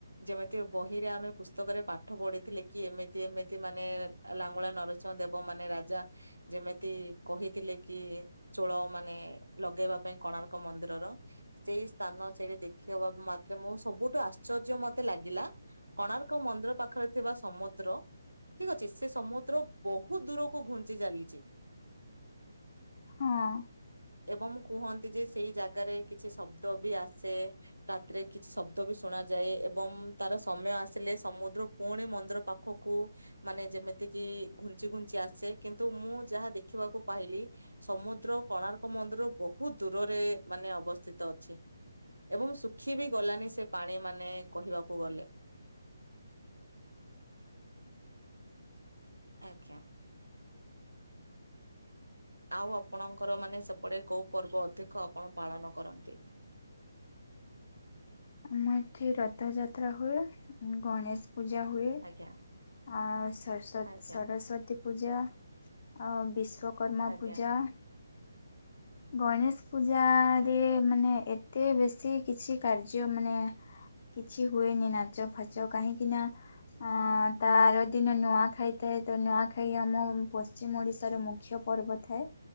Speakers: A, on the right; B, on the left.
A: ଯେମିତି ବହିରେ ଆମେ ପୁସ୍ତକରେ ପାଠ ପଢିଥିଲେ କି ଏମିତି ଏମିତି ମାନେ ଲାଙ୍ଗୁଳା ନରସିଂହ ଦେବ ମାନେ ରାଜା। ଯେମିତି କହିଥିଲେ କି? ଚୋଳ ମାନେ ଲଗେଇବା ପାଇଁ କୋଣାର୍କ ମନ୍ଦିରର। ସେଇ ସ୍ଥାନ ସେଇଠି ଦେଖିବା ମାତ୍ରେ ମୁ ସବୁଠୁ ଆଶ୍ଚର୍ଯ୍ୟ ମତେ ଲାଗିଲା। କୋଣାର୍କ ମନ୍ଦିର ପାଖରେ ଥିବା ସମୁଦ୍ର। ଠିକ ଅଛି ସେ ସମୁଦ୍ର ବହୁତ ଦୂରକୁ ଘୁଞ୍ଚି ଚାଲିଛି।
B: ହୁଁ।
A: ଏବଂ କୁହନ୍ତି ଯେ ସେଇ ଜାଗାରେ କିଛି ଶବ୍ଦ ବି ଆସେ। ରାତିରେ କିଛି ଶବ୍ଦ ବି ଶୁଣାଯାଏ ଏବଂ ତାର ସମୟ ଆସିଲେ ସମୁଦ୍ର ପୁଣି ମନ୍ଦିର ପାଖ ଓହୋ। ମାନେ ଯେମିତି କିି ଘୁଞ୍ଚି ଘୁଞ୍ଚି ଆସେ କିନ୍ତୁ ମୁଁ ଯାହା ଦେଖିବାକୁ ପାଇଲି। ସମୁଦ୍ର କୋଣାର୍କ ମନ୍ଦିର ବହୁତ ଦୂରରେ ମାନେ ଅବସ୍ଥିତ ଅଛି। ଏବଂ ଶୁଖି ବି ଗଲାନି ସେ ପାଣି ମାନେ କହିବାକୁ ଗଲେ। ଆଜ୍ଞା। ଆଉ ଆପଣଙ୍କର ମାନେ ସେପଟେ କୋଉ ପର୍ବ ଅଧିକ ଆପଣ ପାଳନ କରନ୍ତି?
B: ଆମ ଏଠି ରଥଯାତ୍ରା ହୁଏ, ଗଣେଶ ପୂଜା ହୁଏ।
A: ଆଜ୍ଞା।
B: ଆ ସରସ୍ତ
A: ଆଜ୍ଞା
B: ସରସ୍ଵତୀ ପୂଜା, ଆଉ ବିଶ୍ଵକର୍ମା
A: ଆଜ୍ଞା
B: ପୂଜା। ଗଣେଶ ପୂଜାରେ
A: ଆଜ୍ଞା
B: ମାନେ ଏତେ ବେଶୀ କିଛି କାର୍ଯ୍ୟ ମାନେ କିଛି ହୁଏନି ନାଚ ଫାଚ। କାହିଁକି ନା ଅ ତାର ଦିନ ନୂଆ ଖାଇଥାଏ ଥାଏ ତ ନୂଆଖାଇ ଆମ ପଶ୍ଚିମ ଓଡିଶାର ମୁଖ୍ୟ ପର୍ବ। ଥାଏ